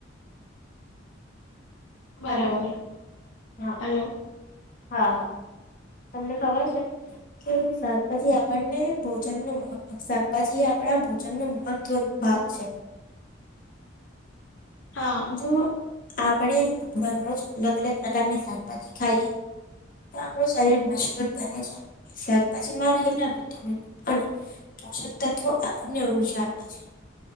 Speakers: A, on the left (about 45°); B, on the left (about 85°).
A: હલો,
B: બરાબર
A: હા,
B: હલો
A: હા, હા, તમને ખબર છે. કે શાકભાજી આપણને ભોજન નુ શાકભાજી આપણા ભોજન નું મહત્વ ભાગ છે.
B: હા.
A: તો આપણે દરરોજ અલગ અલગ પ્રકારની શાકભાજી ખાઈએ. તો આપણું શરીર મજબૂત બને છે, શાકભાજીમાં રહેલા વિટામિન અને પોષક તત્વ આપણને ઊજા છે, આપે છે.